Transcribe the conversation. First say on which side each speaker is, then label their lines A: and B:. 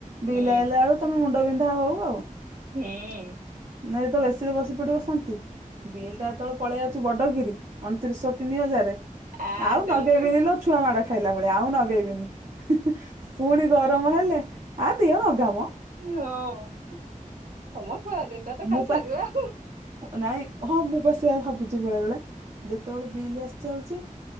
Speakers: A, on the right; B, on the right.
A: ହୁଁ
B: ବିଲାଇଲା ବେଳୁ ତମେ ମୁଣ୍ଡ ବିନ୍ଧା ହଉ ଆଉ
A: ହୁଁ
B: ନାଇଁ ଯେତେବେଳେ ଏସିିରେ ବସି ପଡିବ ଶାନ୍ତି ବିଲ୍ ଟା ଯେତେବେଳେ ପଳେଇ ଆାଉଛି ବଡଗିରି ଅଣତିରିଶଶହ ତିନି ହଜାର
A: ଆ
B: ଆଉ
A: ତେଳକୁ
B: ନଗେଇବିନି ଲୋ ଛୁଆ ମାଡ ଖାଇଲା ଭଳିଆ ଆଉ ନଗେଇବିନି ପୁଣି ଗରମ ହେଲେ ହ ଦିଅ ଅଗାମ
A: ହଁ ହୟ ଖରା ଦିନଟ ତ ଖାଲି
B: ମୁଁ ପାଁ
A: ସରିବ ଆଉ
B: ନାଇଁ ହଁ ମୁଁ ପା ସେଆ ଭାବୁଛି ବେଳେ ବେଳେ ଯେତେବେଳେ ବିଲ ଆସି ଛି